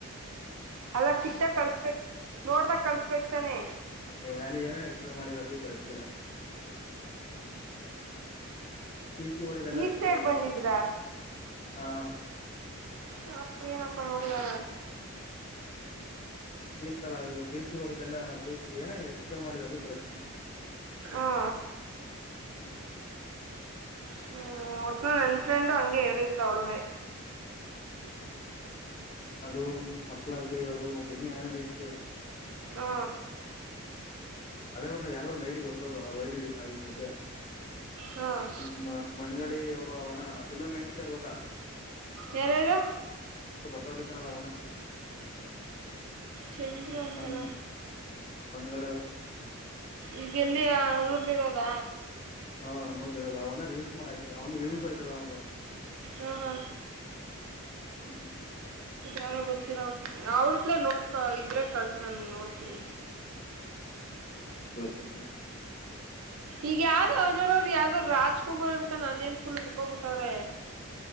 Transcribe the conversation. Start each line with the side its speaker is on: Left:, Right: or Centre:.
Right: ಅಲ್ಲಾ ಸಿಕ್ತ ಕಳ್ಸ್ಬೇಕ ನೋಡ್ದ ಕಳ್ಸ್ಬೇಕಕ್ ತಾನೆ
Left: ಏ ಅಲ್ಲಿ ಏನೇನ್ ಎಕ್ಸ್ಪ್ಲೇನ್ ಮಾಡಿದ ಬೇಕಷ್ಟನ ಪ ಸಿ ಹೊಡಿದೆಲ್ಲ
Right: ಈ ಸೈಡ್
Left: ಮಾಡಿದ
Right: ಬಂದಿದ್ರಾ
Left: ಹಾ
Right: ಹ ಏನಪ್ಪ ನೋಡಿದು
Left: ಬೀಲ್ಲದು ಬ ಸಿ ಒಡಿದ್ದಲ್ಲ ಬೀಚ್ ಏನಪೇ ಮಾಡ ಅದ
Right: ಹ್ಮ್
Left: ಹ್ಮ್
Right: ಹ್ಮ್ ಒಟ್ನಾ ನನ್ ಫ್ರೆಂಡು ಹಂಗೆ ಹೇಳಿಲ್ಲಿಲ್ಲ ಒಳಗೆ
Left: ಅದು ಮಕ್ಳಗ್ದ ಯಾವ್ದದು ಮತ್ತ ಇನ್ನು ಹೇಳ್ತಿರ
Right: ಹಾ
Left: ಅದೇ ಬಿಟ್ಟ ನ್ ಯಾರದ ಒಂದ್ ಐಡಿಿಗೆ ಗೊತ್ತೋದು ಆ ಐಐಿದ್ದ
Right: ಹ್ಮ್
Left: ನಿಮ್ಮ ಮನಗಳಿ ಒಬ್ಬ ಒಣ ಚಂದ್ರ ಮೆನ್ಸ್ಕರ್ ಗೊತ್ತಾ
Right: ಯಾರಾರು
Left: ಸೌಲಿತನಲ್ಲ ಅವಣ್ಣ
Right: ಚಂದ್ರು ಅಂತಾರೆ
Left: ಮನ್ ಮನ್ಗಳಿ ಅವರು
Right: ಈಗ ಎಲ್ಲಿ ಊರ್ಲ್ಲಿ ಇರೋದ
Left: ಹಾ ನೂರ್ ಇರದ ಅವಣೆ ರೀಲ್ಸ್ ಮಾಡ ಹಾಕಿದ ಅವ ಒಂದು ವ್ಯವ್ಸ್ ಆಯತದ ಒಂದು
Right: ಹ ಹಾ
Left: ಹ್ಮ್
Right: ಯಾರೋ ಗೊತ್ತಿರ ಅವ್ರತ್ಲೇ ನೋಡ್ಕ ಇದ್ರೆ ಕಳ್ಸ ನನ್ ನೋಡ್ತೀನಿ
Left: ಷ್ಟ
Right: ಈಗ ಯ ಅ ಅನೋರ ಅವ್ರರು ಯಾವ್ದ್ ರಾಜ್ಕುಮಾರ್ ಅನ್ಕೊಂಡ ನಾನ ಏನ್ ಫುಲ್ ಇಡ್ಕೋಬಿಟ್ಟವ್ರೆ